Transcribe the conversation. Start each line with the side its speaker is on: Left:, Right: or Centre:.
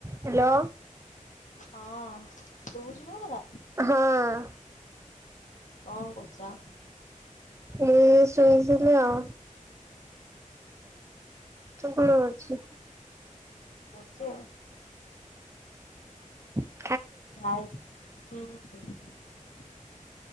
Right: Hello.
Left: ହଁ ତୁ ବୁଛିିବୁ ଏଗୁରା।
Right: ହଁଅଁଁଁ।
Left: କଁ କରୁଛ।
Right: ମୁଁ ଶୁଣିି ଆଉ। କଣ ଅଛି।
Left: ସେ
Right: ହଁ।
Left: ଆଉ ହୁଁ।